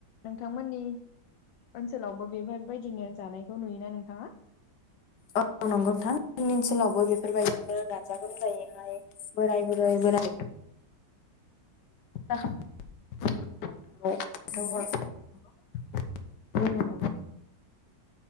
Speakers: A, on the left (about 80°); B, on the left (about 70°).
A: नोंथांमोननि ओनसोलावबो बेफोरबायदिनो जानायखौ नुयोना नोंथाङा?
B: औ नंगौ नोंथां जोंनि ओनसोलावबो बेफोरबायदिनो गाजा गोमजायैहाय बोराय बुरै बोराय
A: <inaudible>
B: <unintelligible>
A: नंगौ औ